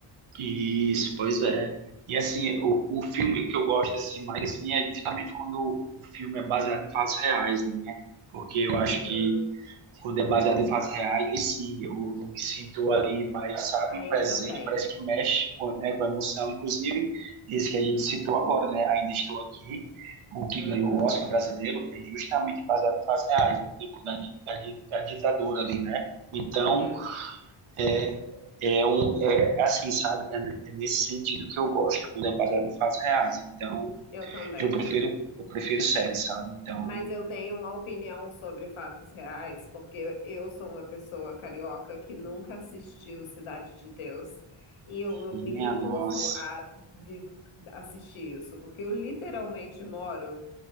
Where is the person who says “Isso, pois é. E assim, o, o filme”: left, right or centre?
Right